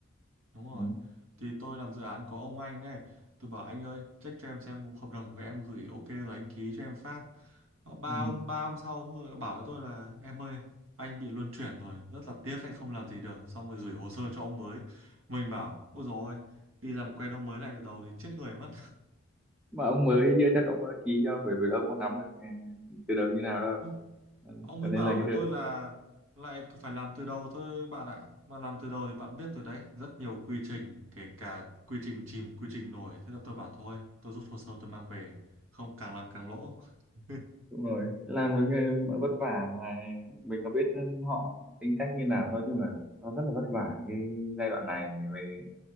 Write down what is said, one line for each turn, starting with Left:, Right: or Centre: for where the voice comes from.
Right: Đúng rồi.
Centre: Đó.
Right: Thì tôi làm dự án có ông anh này. Tôi bảo anh ơi, check cho em xem hợp đồng của em gửi ok rồi anh ký cho em phát. Ờ, Ba
Centre: Ừ.
Right: hôm, ba hôm sau ông vừa bảo với tôi là em ơi, anh bị luân chuyển rồi, rất là tiếc anh không làm gì được. Xong rồi gửi hồ sơ cho ông mới. Mình bảo, ôi dồi ôi, đi làm quen ông mới lại từ đầu thì chết người mất.
Centre: mà ông mới kia chắc ông đã ký cho bởi vì ông có nắm được à, từ đầu như nào đâu
Right: <laughs>
Centre: Đó.
Right: Ông
Centre: cho
Right: ấy
Centre: nên
Right: bảo
Centre: là cái
Right: với
Centre: được
Right: tôi là lại phải làm từ đầu thôi bạn ạ. Mà làm từ đầu thì bạn biết rồi đấy, rất nhiều quy trình, kể cả quy trình chìm, quy trình nổi. Thế là tôi bảo thôi, tôi rút hồ sơ tôi mang về, không càng làm càng lỗ. <laughs>
Centre: đúng rồi làm một cái mà vất vả mà mình có biết họ tính cách như nào nói chung là nó rất là vất vả cái giai đoạn này về